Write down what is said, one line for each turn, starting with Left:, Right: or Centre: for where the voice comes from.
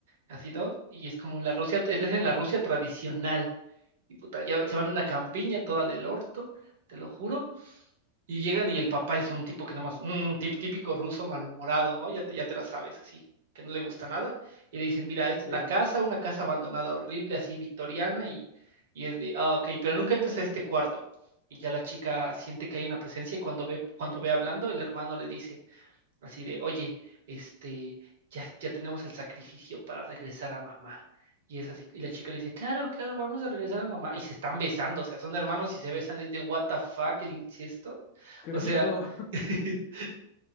Right: Así, ¿no? Y es como la Rusia, él es en la Rusia tradicional. Y puta, ya se van a una campiña toda del orto, te lo juro. Y llegan y el papá es un tipo que nomás, más, típico ruso malhumorado, ¿no? Ya te, ya te la sabes, así, que no le gusta nada. Y le dicen, mira, esta
Left: sí.
Right: es la casa, una casa abandonada, horrible, así, victoriana, y, y es de, ah, ok, pero nunca entres a este cuarto. Y ya la chica siente que hay una presencia y cuando ve, cuando ve hablando, el hermano le dice, Así de, oye, este, ya, ya tenemos el sacrificio para regresar a mamá. Y es así, y la chica le dice, claro, claro, vamos a regresar a mamá. Y se están besando, o sea, son hermanos y se besan, es de what the fuck el incesto.
Left: ¡Qué
Right: O
Left: rico!
Right: sea, <laughs>